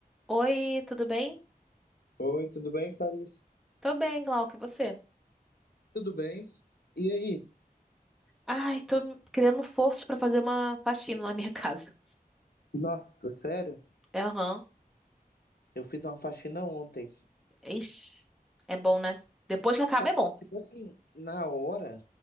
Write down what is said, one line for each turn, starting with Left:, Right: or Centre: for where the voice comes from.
Centre: Oi, tudo bem?
Left: Oi, tudo bem, Clarice?
Centre: Tô bem, Glauco, e você?
Left: Tudo bem? E aí?
Centre: Ai, tô criando forças pra fazer uma faxina na minha <laughs> casa.
Left: Nossa, sério?
Centre: É, Aham.
Left: Eu fiz uma faxina ontem.
Centre: Ixi, é bom, né? Depois que acaba
Left: Cara,
Centre: é bom.
Left: tipo assim, na hora